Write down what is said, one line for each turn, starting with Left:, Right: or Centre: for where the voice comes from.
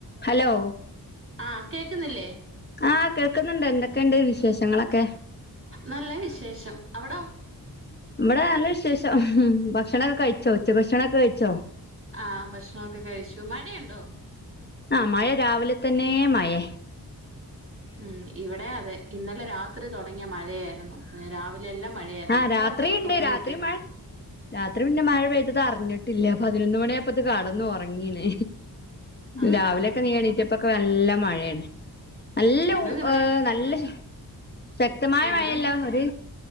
Left: Hello
Right: ആഹ് കേക്കുന്നില്ലേ
Left: ആഹ് കേൾക്കുന്നുണ്ട് എന്തൊക്കെയുണ്ട് വിശേഷങ്ങളൊക്കെ
Right: നല്ല വിശേഷം അവ്ടോ
Left: ഇവടെ നല്ല വിശേഷം ഭക്ഷണക്കെ കഴിച്ചോ ഉച്ച ഭക്ഷണൊക്കെ കഴിച്ചോ
Right: ആ ഭക്ഷണൊക്കെ കഴിച്ചു മഴയുണ്ടോ
Left: ആ മഴ രാവിലെ തന്നെ മഴേ
Right: ഉം ഇവടെ അതെ ഇന്നലെ രാത്രി തുടങ്ങിയ മഴയായിരുന്നു രാവിലെ ലെ എല്ലാം മഴയാര്ന്നു
Left: ആഹ്
Right: ഇപ്പൊ
Left: രാത്രിയുണ്ട്
Right: ഒന്ന് തോർന്നു
Left: രാത്രി
Right: നിൽക്കുന്നു
Left: മഴ രാത്രി പിന്നെ മഴ പെയ്തത് അറിഞ്ഞിട്ടില്ല പതിനൊന്ന് മണിയ പ്പത് കടന്ന് ഉറങ്ങീണ്
Right: ആഹ്
Left: രാവിലെയൊക്കെ എണീട്ടപ്പൊക്കെ നല്ല മഴയാണ് നല്ല
Right: ഞങ്ങൾക്ക്
Left: ഊ
Right: ഇവിടെ
Left: ഏ നല്ല ശ ശക്തമായ
Right: ഞങ്ങൾ
Left: മഴയല്ല ഒര്